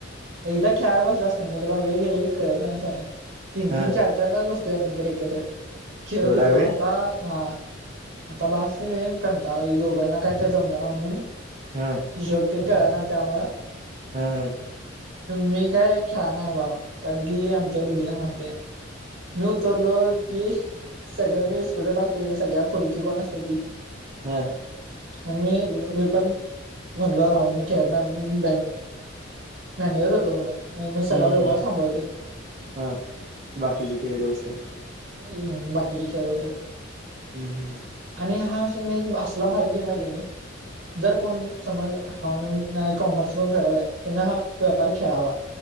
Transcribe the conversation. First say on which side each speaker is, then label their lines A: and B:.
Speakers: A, on the right; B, on the right.
A: एकदा खेळाय बसलास की नाही तुला वेळ गेलेली कळत नाही शान्या. तीन
B: हा
A: तीन चार चार तास बसयोय आम्ही तर एकत्र खेळत
B: एवढा
A: होतो
B: वेळ
A: आता ह आता बास केलय म कंटाळा आलाय दोघांना काय ते समजना म्हणून
B: हम
A: हिशोब तेन कळनात त्यामुळ
B: हा हा
A: मी काय खेळाय नाही बाबा कारण की आमच्या दिदीला माहिताय मी उत्तर्लो की सगळं मी इस्काटून टाकतोय सगळ्या पुढची कोण असते.
B: हम्
A: म्हण मी मी पण म्हणल राह मी खेळत नाही म्हणून मी बँक मॅनेजर होतो म्हणून मग मी सगळा
B: हम्म
A: व्यवहार
B: हम्म
A: सांभाळते.
B: हा बाकीचे खेळत बसतात
A: ह बाकीचे खेळ असस आहेत.
B: हम् हम्
A: आणि हा अा असला भारी गे मा आहे गेने कोण समज अकाउंटट कॉमर्स कोण करत आहे त्यांना हा व्यापार खेळावा.